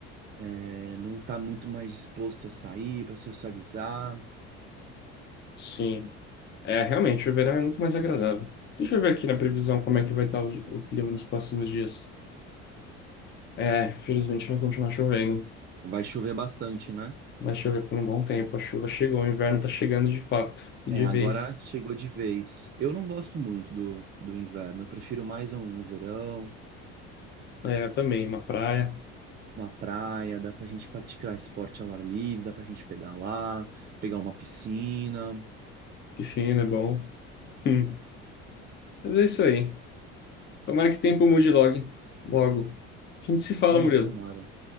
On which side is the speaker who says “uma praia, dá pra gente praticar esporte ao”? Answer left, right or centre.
Right